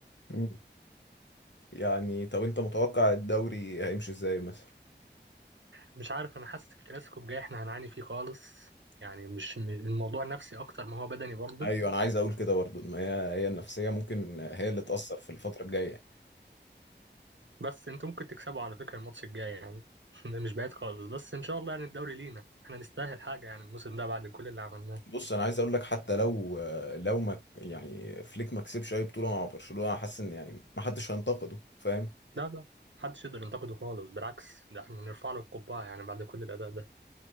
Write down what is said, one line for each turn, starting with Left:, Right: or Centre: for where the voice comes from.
Left: مم. يعني طب انت متوقع الدوري هيمشي ازاي مثلا؟
Right: مش عارف انا حاسس الكلاسيكو الجاي احنا هنعاني فيه خالص يعني مش م- الموضوع نفسي اكتر ما هو بدني برضو
Left: ايوه انا عايز اقول كده برضو ان هي هي النفسيه ممكن هي اللي تاثر في الفتره الجايه
Right: بس انتوا ممكن تكسبوا على فكره الماتش الجاي يعني <laughs> مش بعيد خالص بس ان شاء الله يعني الدوري لينا احنا نستاهل حاجه يعني الموسم ده بعد كل اللي عملناه
Left: بص انا عايز اقول لك حتى لو لو ما يعني فليك ما كسبش اي بطوله مع برشلونه انا حاسس ان يعني ما حدش هينتقده فاهم
Right: لا لا محدش يقدر ينتقده خالص بالعكس ده احنا نرفع له القبعة يعني بعد كل الأداء ده